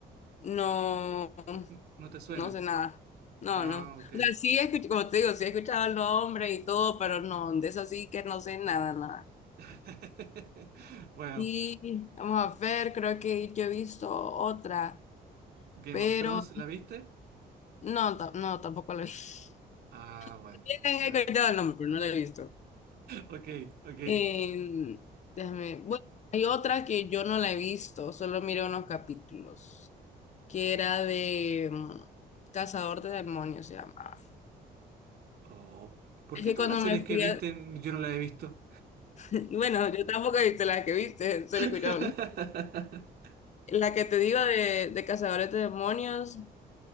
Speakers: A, on the left; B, on the right.
A: no,
B: N- n- ¿No te suena?
A: no sé nada. No,
B: Ah,
A: no.
B: ok.
A: O sea, sí he escuchado, como te digo, sí he escuchado el nombre y todo, pero no, de eso sí que no sé nada, nada.
B: <laughs> Bueno,
A: Y vamos a ver, creo que yo he visto otra,
B: Game
A: pero
B: of Thrones, ¿la viste?
A: no, ta- no, tampoco la he visto.
B: Ah, bueno,
A: <laughs> He
B: bueno.
A: escuchado el nombre, pero no la he visto.
B: Ok, ok.
A: Eh, déjame. Bueno, hay otra que yo no la he visto, solo miré unos capítulos, que era de mm, Cazador de Demonios, se llamaba.
B: Oh, ¿por
A: Es
B: qué
A: que
B: todas
A: cuando
B: las series
A: me
B: que
A: fui
B: viste
A: a...
B: yo no las he visto?
A: <laughs> Bueno, yo tampoco he visto la que viste, solo
B: <laughs>
A: escucharon. La que te digo de, de Cazadores de Demonios,